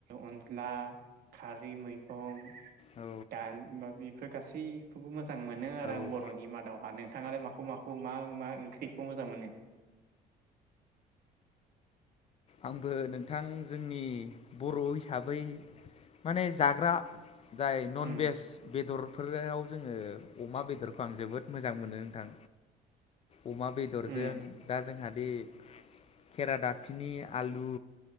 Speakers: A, on the right; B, on the left.
A: अनज्ला खारै मैगं
B: औ
A: दाल माब बेफोर गासै सै खौबो मो जां मोनो आरो
B: औ
A: आं बर'नि मादाव हानो। नोंथाङालाय माखौ माखौ मा मा ओंख्रिखौ मोजां मोनो?
B: आंबो नोंथां जोंनि बर' हिसाबै माने जाग्रा जाय नन
A: उम
B: भेज बेदर, बेफोराव जोङो अमा बेदरखौ आं जोबोद मोजां मोनो नोंथां। अमा बेदरजों
A: उम
B: दा जोंहा बे खेरा दाफिनि आलु